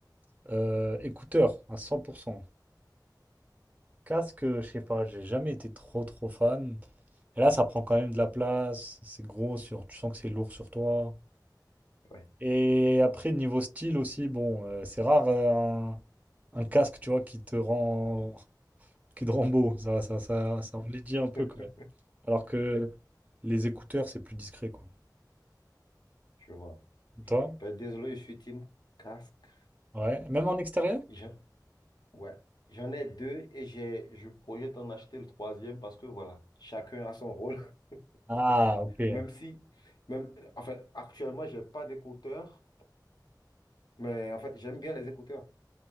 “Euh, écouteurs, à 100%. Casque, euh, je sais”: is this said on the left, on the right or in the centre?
Right